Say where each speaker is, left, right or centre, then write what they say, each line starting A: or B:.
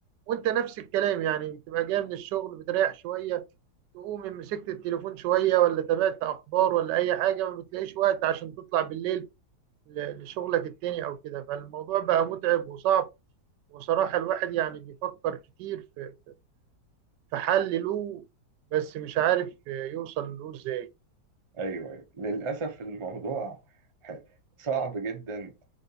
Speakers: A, on the right (about 80°); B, on the right (about 45°).
A: وانت نفس الكلام يعني بتبقى جاي من الشغل بتريح شويه تقوم مسكت التليفون شوية ولا تابعت أخبار ولا أي حاجة ما بتلاقيش وقت عشان تطلع بالليل ل- لشغلك التاني أو كده فالموضوع بقى متعب وصعب وصراحة الواحد يعني بيفكر كتير في في حل له بس مش عارف يوصل له إزاي
B: ايوه للاسف الموضوع صعب جدا